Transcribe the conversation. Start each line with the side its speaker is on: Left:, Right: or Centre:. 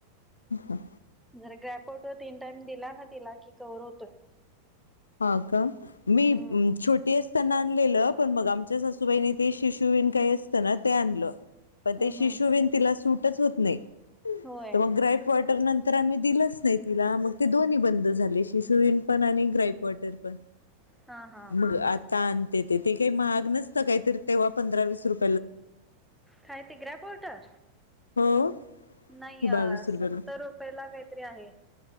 Left: ह हा
Centre: जर ग्रॅपउट वॉटर तीन टाइम दिला ना तिला कि कवर होतोय.
Left: हा का मी
Centre: हम्म
Left: छोटी असताना आणलेलं पण मग आमच्या सासूबाईने ते शिशू बन काही असतं ना ते आणलं पण
Centre: हम्म
Left: ते शिशू
Centre: हम्म
Left: बन तिला सूटच होत नाही.
Centre: होय
Left: तर मग ग्रा ई प वॉटर नंतर आम्ही दिलंच नाही. तिला मग ते दोन्ही बंद झाले शिशुवीन पण आणि ग्राईप वॉटर पण
Centre: हा हा
Left: मग आता आणते ते ते काही महाग नसतं काहीतरी तेव्हा पंधरा विस रुपये
Centre: काय ते ग्रॅप वॉटर?
Left: हो कि
Centre: नाही
Left: बावीस
Centre: अ
Left: रुपयाला
Centre: सत्तर रुपयेला काहीतरी आहे.